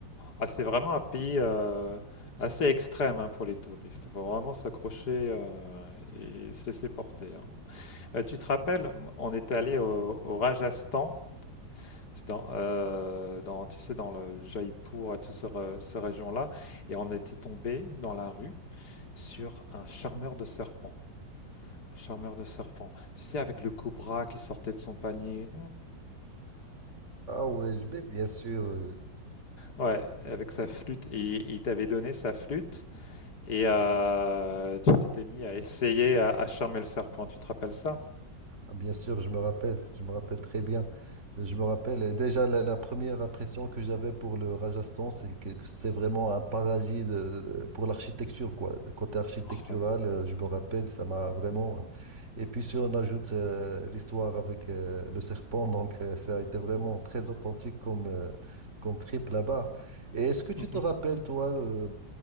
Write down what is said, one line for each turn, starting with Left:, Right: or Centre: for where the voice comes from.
Left: Ah, c'est vraiment un pays euh, assez extrême hein, pour les touristes. Il faut vraiment s'accrocher euh, et se laisser porter. hein. Euh, tu te rappelles, on est allé au, au Rajasthan, c'est dans, euh, dans, tu sais, dans le Jaipur et toute cette région-là, et on était tombé dans la rue sur un charmeur de serpents. Un charmeur de serpents. Tu sais, avec le cobra qui sortait de son panier.
Right: ah ouais, je vais bien sûr. euh,
Left: Ouais, avec sa flûte. Et il t'avait donné sa flûte et euh, tu tu t'es mis à essayer à, à charmer le serpent. Tu te rappelles ça?
Right: Ah, bien sûr, je me rappelle, je me rappelle très bien. Je me rappelle euh, déjà la, la première impression que j'avais pour le Rajasthan, c'est que, que c'est vraiment un paradis de- de- pour l'architecture, quoi. Le Côté architectural,
Left: Ah ouais.
Right: euh, je me rappelle, ça m'a vraiment. euh, Et puis si on ajoute euh, l'histoire avec euh, le serpent, donc euh, ça a été vraiment très authentique comme euh, comme trip là-bas. Et est-ce que tu
Left: Mhm.
Right: te rappelles toi euh,